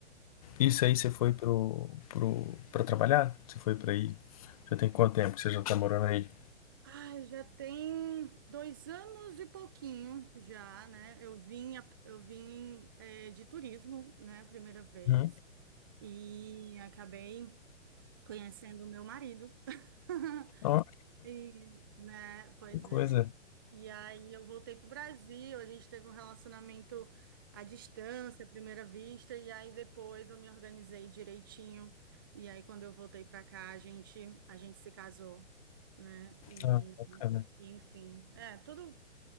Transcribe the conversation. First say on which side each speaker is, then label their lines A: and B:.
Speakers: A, on the left; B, on the right.
A: isso aí você foi pro, pro, para trabalhar? Você foi para aí? Já tem quanto tempo que você já tá morando aí?
B: Ai, já tem dois anos e pouquinho já, né? Eu vim, a- eu vim, eh, de turismo, né? Primeira vez.
A: Uhum.
B: E acabei conhecendo o meu marido. <laughs>
A: Ó,
B: E, né, pois
A: que coisa.
B: é. E aí eu voltei para o Brasil, a gente teve um relacionamento à distância, à primeira vista, e aí depois eu me organizei direitinho. E aí quando eu voltei para cá, a gente a gente se casou, né? E,
A: Ah, bacana.
B: e, enfim, é, tudo